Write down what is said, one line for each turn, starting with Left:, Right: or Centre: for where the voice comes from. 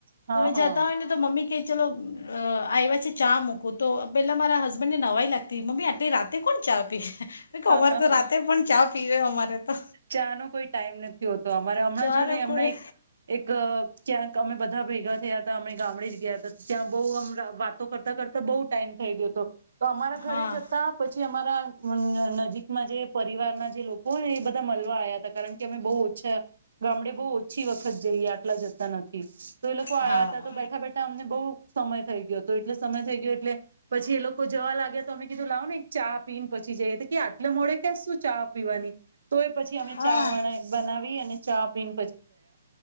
Right: હા
Left: અમે
Right: હા
Left: જતા હોય ને તો મમ્મી કે ચલો અ આ આયવા છે ચા મૂકું તો પહેલાં મારા હસબન્ડને નવાઈ લાગતી મમ્મી આટલી રાતે કોણ ચા મે કવ અમારે
Right: હા
Left: તો
Right: હા
Left: રાતે પણ ચા પીરેરે તો
Right: ચા નો કોઈ ટાઈમ નથી હોતો અમારે હમણાં
Left: ચાર
Right: જો નેમણાં
Left: કોઈ
Right: એક ક્યાંક અમે બધા ભેગા થયા હતા અમે ગામડે જ ગયા હતા ત્યાં બહુ અમ વાતો કરતા કરતા બહુ ટાઈમ થઈ ગયો હતો તો અમારા ઘરે
Left: હા
Right: જતા પછી અમારા નજીકમાં જે પરિવારના જે લોકો હોય હલવા આવયા હતા કારણ કે અમે બહુ અચ્છા ગામડે બહુ ઓછી વખત જઈએ આટલા જતા નથી. તો એ લોકો
Left: હા
Right: આયા હતા તો બેઠા બેઠા અમને બઉ સમય થઈ ગયો હતો એટલે સમય થઈ ગયો એટલે પછી એ લોકો જવા લાગ્યા તો અમે કીધું લાવ ને એક ચા પીને પછી જઈએ તો કે આટલે મોડે ક્યાં શું ચા પીવાની તો એ પછી અમે
Left: હા
Right: ચા વણ બનાવી અને ચા પીન